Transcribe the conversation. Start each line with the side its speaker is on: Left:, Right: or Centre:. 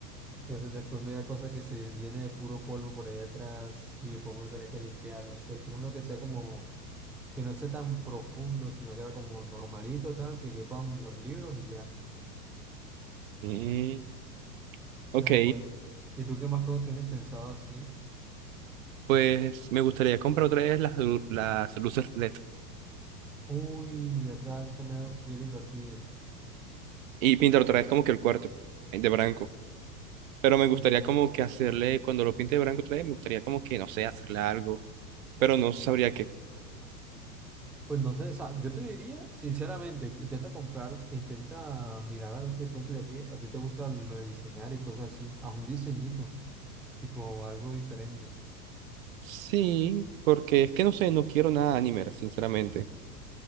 Centre: Entonces después me da cosa que se llene de puro polvo por ahí atrás y después uno tiene que limpiarlo. Prefiero uno que sea como, que no sea tan profundo, sino que era como normalito, tal, que quepan los libros y ya.
Right: Mm, ok,
Centre: Pero bueno. ¿Y tú qué más cosas tienes pensado así?
Right: pues me gustaría comprar otra vez las, lu- las luces LED
Centre: Uy, verdad, eso también es algo que quiero invertir.
Right: y pintar otra vez como que el cuarto eh, de blanco, pero me
Centre: Ok.
Right: gustaría como que hacerle, cuando lo pinte de blanco otra vez, me gustaría como que, no sé, hacerle algo, pero no sabría qué.
Centre: Pues no sé, o sea, yo te diría, sinceramente, intenta comprar, intenta mirar a ver si de pronto, ya que a ti te gusta lo de diseñar y cosas así, haz un diseñito, tipo algo diferente.
Right: Sí, porque es que no sé, no quiero nada anime, sinceramente.